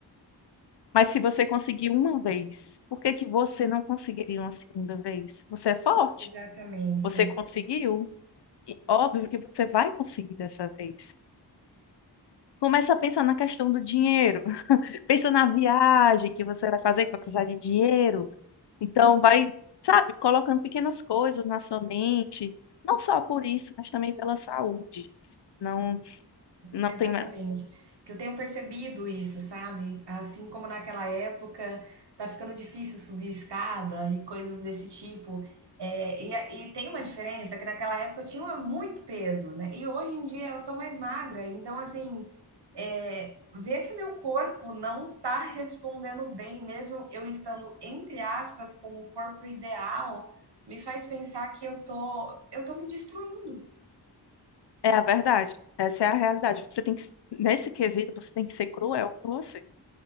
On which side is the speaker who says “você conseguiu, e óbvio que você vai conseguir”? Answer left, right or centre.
Left